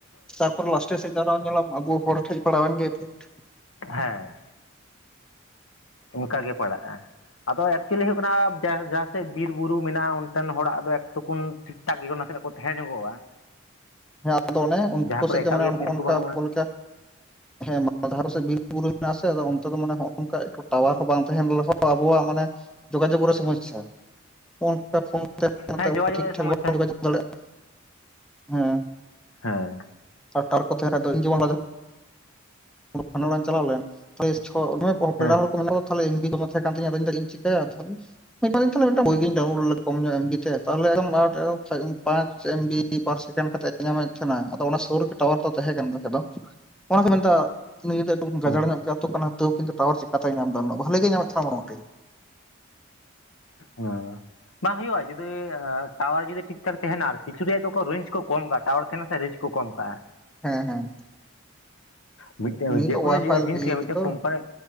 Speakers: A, in the centre; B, on the left.
A: ᱛᱟᱨᱯᱚᱨ ᱞᱟᱥᱴᱮ ᱥᱮᱫ ᱫᱚ ᱟᱨᱚ ᱧᱮᱞᱟᱢ ᱞᱟᱝ ᱟᱵᱚ ᱦᱚᱲ ᱴᱷᱮᱡ ᱯᱟᱲᱟᱣᱮᱱ ᱜᱮ ᱤᱯᱷᱮᱠᱴ ᱾
B: ᱦᱮᱸ। ᱚᱱᱠᱟ ᱜᱮ ᱯᱟᱲᱟᱜ-ᱟ। ᱟᱫᱚ ᱮᱠᱪᱩᱭᱮᱞᱤ ᱦᱩᱭᱩᱜ ᱠᱟᱱᱟ, ᱡᱟᱭ ᱦᱳᱠ ᱡᱟᱦᱟᱸ ᱥᱮᱫ ᱵᱤᱨ ᱵᱩᱨᱩ ᱢᱮᱱᱟᱜ-ᱟ। ᱚᱱᱛᱮᱱ ᱦᱚᱲᱟᱜ ᱫᱚ ᱮᱠᱴᱩᱠᱩᱱ ᱼᱼ ᱴᱷᱤᱠ ᱴᱷᱟᱠ ᱜᱮ ᱱᱟᱥᱮ ᱱᱟᱜ ᱠᱚ ᱛᱟᱦᱮᱸ ᱧᱚᱜᱚᱜ-ᱟ।
A: ᱦᱮᱸ ᱟᱫᱚ ᱚᱱᱮ ᱩᱱᱠᱩ ᱠᱚ
B: ᱠᱚᱨᱮ
A: ᱥᱮᱫ
B: ᱮᱠᱟᱞ
A: ᱫᱚ, ᱢᱟᱱᱮ
B: ᱜᱮ
A: ᱱᱚᱜ-ᱚ
B: ᱵᱤᱨ
A: ᱱᱚᱝᱠᱟ
B: ᱠᱚ ᱵᱟᱹᱱᱩᱜᱼᱟ
A: ᱟᱵᱚ ᱞᱮᱠᱟ ᱼᱼ ᱦᱮᱸ ᱫᱷᱟᱨᱮ ᱥᱮᱫ ᱵᱤᱨ ᱵᱩᱨᱩ ᱢᱮᱱᱟᱜ ᱟᱥᱮ। ᱟᱫᱚ ᱚᱱᱛᱮ ᱫᱚ ᱢᱟᱱᱮ ᱱᱚᱜ ᱱᱚᱝᱠᱟ ᱴᱟᱣᱟᱨ ᱦᱚᱸ ᱵᱟᱝ ᱛᱟᱦᱮᱸᱱ। <inaudible> ᱟᱵᱚᱣᱟᱜ ᱢᱟᱱᱮ ᱼᱼ ᱡᱳᱜᱟᱡᱳᱜ ᱨᱮ ᱥᱚᱢᱚᱥ ᱥᱟ। <unintelligible> <inaudible> ᱴᱷᱤᱠ
B: ᱦᱮᱸ ᱡᱳᱜᱟᱡᱳᱜᱽ ᱨᱮᱭᱟᱜ
A: ᱴᱷᱟᱠ
B: ᱥᱚᱢᱚᱥᱥᱟ
A: ᱵᱟᱵᱚᱱ ᱡᱳᱜᱟᱡᱳᱜ ᱫᱟᱲᱮᱭᱟᱜ-ᱟ। ᱦᱮᱸ।
B: ᱦᱮᱸ।
A: ᱟᱨ ᱛᱟᱨᱯᱚᱨ ᱛᱮ ᱠᱷᱟᱡ ᱫᱚ <inaudible> ᱚᱲᱟᱜ ᱤᱧ ᱪᱟᱞᱟᱣ ᱞᱮᱱ। ᱛᱟᱦ <unintelligible> ᱪᱷᱚ <unintelligible> ᱯᱮᱲᱟ
B: ᱦᱮᱸ
A: ᱦᱚᱲ ᱠᱚ ᱢᱮᱱᱟᱜ ᱠᱚ ᱛᱟᱞᱮ <inaudible> ᱛᱟᱦᱮᱸ ᱠᱟᱱ ᱛᱤᱧᱟᱹ ᱟᱫᱚᱧ ᱪᱮᱤᱠᱟᱹᱭᱟ <inaudible> <inaudible> ᱰᱳᱭ ᱜᱤᱧ ᱵᱟᱣᱩᱱᱞᱳᱰ <inaudible> ᱠᱚᱢ ᱧᱚᱜ ᱮᱢᱵᱤ ᱛᱮ। ᱛᱟᱦᱟᱞᱮ ᱮᱠᱫᱚᱢ <inaudible> ᱯᱟᱸᱪ ᱮᱢ ᱵᱤ ᱼᱼ ᱠᱤ <unintelligible> ᱯᱟᱨ ᱥᱮᱠᱮᱱᱰ ᱠᱟᱛᱮ ᱧᱟᱢᱮᱫ ᱛᱟᱦᱮᱸᱱᱟ। ᱟᱫᱚ ᱚᱱᱟ ᱥᱩᱨ ᱨᱮ ᱜᱮ ᱴᱟᱣᱟᱨ ᱫᱚ ᱛᱟᱦᱮᱸ ᱠᱟᱱᱟ। <inaudible> ᱟᱫᱚ ᱚᱱᱟ ᱠᱚ ᱢᱮᱱᱛᱟᱜ <unintelligible> ᱼᱼ ᱱᱤᱭᱟᱹ ᱫᱚ ᱮᱠᱫᱚᱢ ᱜᱟᱡᱟᱲ
B: ᱦᱮᱸ
A: ᱧᱚᱜ ᱜᱮ ᱟᱹᱛᱩ ᱠᱟᱱᱟ। ᱛᱳᱣ ᱠᱤᱱᱛᱩ ᱴᱟᱣᱟᱨ ᱪᱤᱠᱟᱛᱮᱭ ᱧᱟᱢ ᱮᱫᱟ ᱱᱩᱱᱟᱹᱜ, ᱵᱷᱟᱹᱞᱤ ᱜᱮ ᱧᱟᱢᱮᱫ ᱛᱟᱦᱮᱸᱱᱟ ᱢᱚᱴᱟᱢᱩᱴᱤ।
B: ᱦᱮᱸᱻ ᱵᱟᱝ ᱦᱩᱭᱩᱜ-ᱟ, ᱡᱩᱫᱤ ᱴᱟᱣᱟᱨ ᱡᱩᱫᱤ ᱴᱷᱤᱠ ᱴᱷᱟᱠ ᱛᱟᱦᱮᱸᱱᱟ ᱟᱨᱠᱤ। ᱠᱤᱪᱷᱩ ᱫᱤᱭᱮ ᱫᱚᱠᱚ ᱨᱮᱧᱡ ᱠᱚᱢ ᱠᱟᱜ ᱼᱼ ᱴᱟᱣᱟᱨ ᱛᱟᱦᱮᱸ ᱞᱮᱱ ᱠᱷᱟᱡ ᱨᱮᱧᱡᱽ ᱠᱚ ᱠᱚᱢ ᱠᱟᱜ-ᱟ।
A: ᱦᱮᱸ ᱦᱮᱸ।
B: ᱢᱤᱫᱴᱮᱱ
A: ᱱᱤᱭᱟᱹ
B: ᱡᱮᱠᱚᱱᱳ
A: ᱫᱚ ᱚᱣᱟᱭᱯᱷᱟᱭ
B: ᱡᱤᱱᱤᱥ
A: ᱤᱭᱟᱹ
B: ᱜᱮ ᱢᱤᱫᱴᱮᱱ
A: ᱜᱮᱛᱚ
B: ᱠᱳᱢᱯᱟᱱᱤ